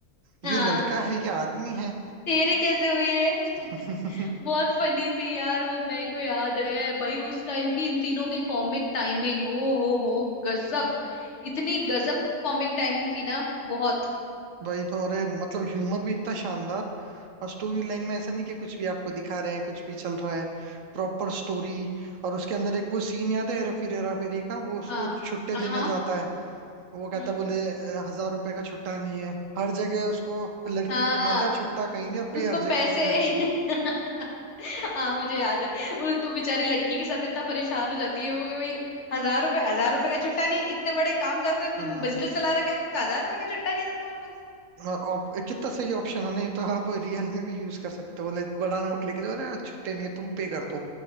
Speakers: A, on the left; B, on the right.
A: हाँ
B: ये लड़का है ये आदमी है
A: तेरी कैसे हुई रे <laughs>
B: <laughs>
A: बहुत फनी थी यार वो मेरे को याद है भाई उस टाइम की इन तीनों की कॉमिक टाइमिंग ओ हो हो गजब इतनी गजब कॉमिक टाइमिंग थी ना बहुत
B: वही तो अरे मतलब ह्यूमर भी इतना शानदार और स्टोरी लाइन में ऐसा नहीं कि कुछ भी आपको दिखा रहे हैं कुछ भी चल रहा है प्रॉपर स्टोरी और उसके अंदर एक वो सीन याद है हेरा फेरी हेरा फेरी का वो उसको
A: हाँ
B: छुट्टे
A: हाँ
B: देने
A: हाँ
B: जाता है वो कहता
A: हम्म
B: है बोले "अ, हजार रुपए का छुट्टा नहीं है हर जगह उसको लड़की
A: हाँ
B: को घुमाता है छुट्टा कहीं नहीं और पे
A: उसको
B: हर जगह
A: पैसे
B: वही करती
A: <laughs>
B: है
A: हाँ मुझे याद है वो तो बेचारी लड़की के साथ इतना परेशान हो जाती है वो कि भाई हजार रुपए हजार रुपए का छुट्टा नहीं इतने बड़े काम करते हो तुम
B: हम्म
A: बिजनेस चला रखा है तो हजार रुपए का छुट्टा नहीं है तुम्हारे पास
B: और op- कितना सही ऑप्शन है नहीं तो आप रियल में भी यूज कर सकते हो बोले बड़ा नोट लेके जाओ अरे यार, छुट्टे नहीं है तुम पे कर दो